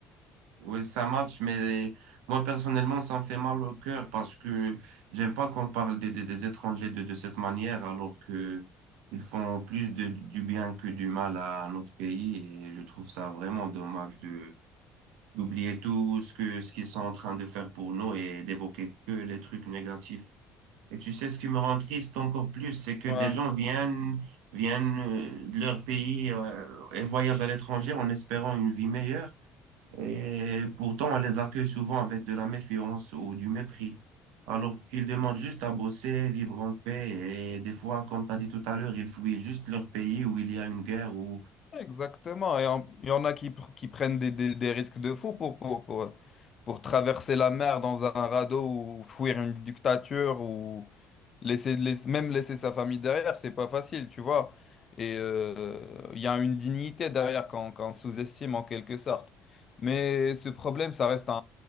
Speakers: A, on the right; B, on the left.
A: Ouais, ça marche, mais moi personnellement, ça me fait mal au cœur parce que j'aime pas qu'on parle des, des, des étrangers de, de cette manière alors que ils font plus de, du bien que du mal à notre pays et je trouve ça vraiment dommage de d'oublier tout ce que, ce qu'ils sont en train de faire pour nous et d'évoquer que les trucs négatifs. Et tu sais, ce qui me rend triste encore plus, c'est que des
B: Ouais.
A: gens viennent, viennent euh, de leur pays euh, et voyagent à l'étranger en espérant une vie meilleure. Et pourtant, on les accueille souvent avec de la méfiance ou du mépris. Alors qu'ils demandent juste à bosser, vivre en paix. Et des fois, comme tu as dit tout à l'heure, ils fuient juste leur pays où il y a une guerre ou
B: Exactement. Et il y en a qui, pr- qui prennent des, des, des risques de fou pour, pour, pour, pour traverser la mer dans un radeau ou fuir une dictature ou laisser, laisser- même laisser sa famille derrière, c'est pas facile, tu vois. Et euh, il y a une dignité derrière qu'on qu'on sous-estime en quelque sorte. Mais ce problème, ça reste un,